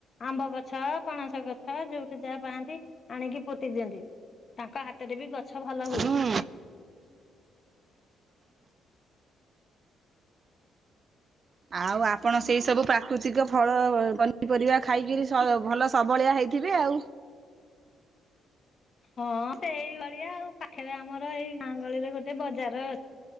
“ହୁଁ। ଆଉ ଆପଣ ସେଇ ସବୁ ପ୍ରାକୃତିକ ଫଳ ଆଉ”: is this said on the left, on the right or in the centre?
Right